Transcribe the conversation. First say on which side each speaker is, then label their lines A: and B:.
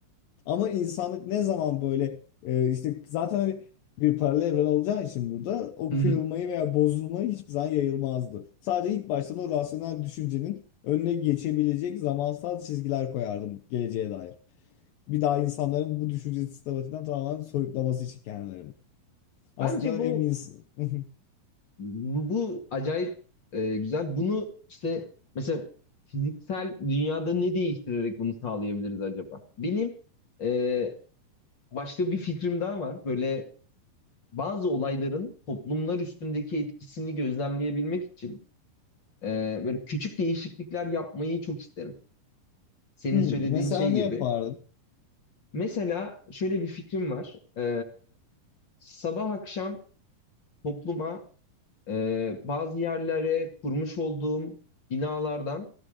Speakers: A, on the left (about 75°); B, on the left (about 40°).
A: Ama insanlık ne zaman böyle e, işte zaten hani bir paralel evren olacağı için burada o
B: <laughs>
A: kırılmayı veya bozulmayı hiçbir zaman yayılmazdı. Sadece ilk baştan o rasyonel düşüncenin önüne geçebilecek zamansal çizgiler koyardım geleceğe dair bir daha insanların bu düşünce sistematiğinden tamamen soyutlaması için kendilerini. Aslında
B: Bence bu
A: en iyisi. <laughs>
B: bu, bu acayip e, güzel. Bunu işte mesela fiziksel dünyada ne değiştirerek bunu sağlayabiliriz acaba? Benim e, başka bir fikrim daha var. Böyle bazı olayların toplumlar üstündeki etkisini gözlemleyebilmek için e, böyle küçük değişiklikler yapmayı çok isterim. Senin
A: Hmm,
B: söylediğin
A: Mesela
B: şey
A: ne
B: gibi.
A: yapardın?
B: Mesela şöyle bir fikrim var. E, sabah akşam topluma e, bazı yerlere kurmuş olduğum binalardan